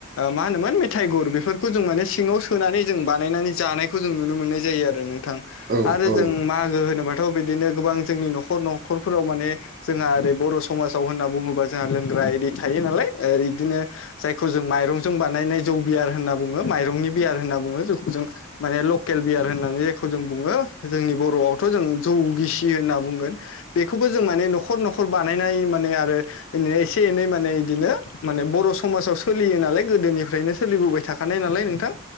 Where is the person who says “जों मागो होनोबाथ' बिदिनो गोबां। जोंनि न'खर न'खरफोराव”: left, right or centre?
Left